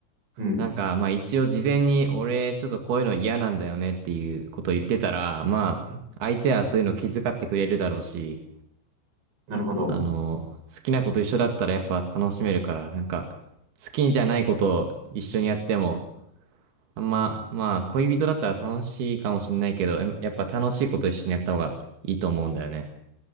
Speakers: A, on the right; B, on the right.
A: うん。
B: なんかまあ一応事前に俺ちょっとこういうの嫌なんだよねっていうこと言ってたら、まあ相手はそういうの気遣ってくれるだろうし、
A: なるほど。
B: あの、好きなこと一緒だったらやっぱ楽しめるから、なんか、好きじゃないことを一緒にやっても、あんま、まあ、恋人だったら楽しいかもしんないけど、えやっぱ楽しいこと一緒にやった方がいいと思うんだよね。